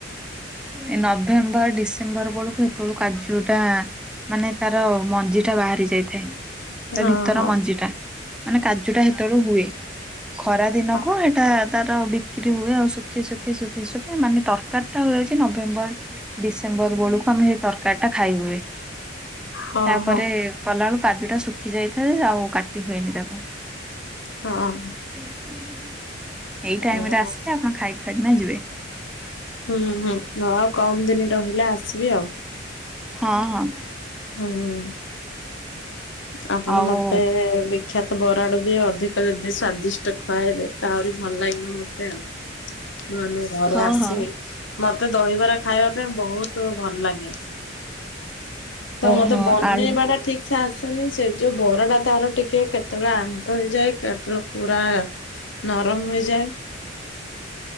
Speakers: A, in the centre; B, on the left (about 70°).
A: ଏ ନଭେମ୍ବର ଡିସେମ୍ବର ବଳୁକୁ ହେତେଳୁ କାଜୁ ଟା ମାନେ ତାର ମଞ୍ଜି ଟା ବାହାରି ଯାଇଥାଏ। ତା
B: ହଁ
A: ଭିତର
B: ହଁ
A: ମଞ୍ଜି ଟା, ମାନେ କାଜୁଟା ହେତେଳୁ ହୁଏ। ଖରା ଦିନକୁ
B: ହଁ
A: ହେଟା ତାର ବିକ୍ରି ହୁଏ ଆଉ ଶୁଖି ଶୁଖି ଶୁଖି ଶୁଖି ମାନେ ତରକାରୀ ଟା ହୁଏ ଯେ ଏ ନଭେମ୍ବର ଡିସେମ୍ବର ବଳୁକୁ ଆମେ ଏ ତରକାରୀ ଟା ଖାଇ ହୁଏ।
B: ହଁ
A: ତାପରେ
B: ହଁ
A: ଏ କଲାଳୁ କାଜୁ ଟା ଶୁଖି ଯାଇଥାଏ ଆଉ କାଟି ହୁଏନି ତାକୁ।
B: ହଁ।
A: ଏଇ ଟାଇମ୍
B: ଏ
A: ରେ ଆସିବେ ଆପଣ ଖାଇ ଖୁଆକିନା ଯିବେ।
B: ହୁଁ, ହୁଁ ନ ଆଉ କମ ଦିନି ରହିଲା ଆସିବି ଆଉ।
A: ହଁ, ହଁ।
B: ହଁ, ହଁ। ଆପଣ
A: ଆଉ
B: ମୋତେ ବି ଖ୍ୟାତ ବରାଡୁ ବି ଅଧିକ ଯଦି ସ୍ଵାଦିଷ୍ଟ ଖୁଆଇବେ ତ ଆହୁରି ଭଲ ଲାଗିବ ମୋତେ ଆଉ। ମୁଁ ଆମ ଘରେ
A: ହଁ
B: ଆସିଲେ
A: ହଁ
B: ମୋତେ ଦହିବରା ଖାଇବା ପାଇଁ ବହୁତ ଭଲ ଲାଗେ। ତ
A: ଓହୋ
B: ମୋତେ ବନେଇବା
A: ଆଳୁ
B: ଟା ଠିକ ସେ ଆସେନି ସେ ଯୋଉ ବରା ଟା ତାର ଟିକେ କେତେବେଳେ ଆଣ୍ଟ ହେଇଯାଏ। କେତେବେଳେ ପୁରା ନରମ ହେଇଯାଏ।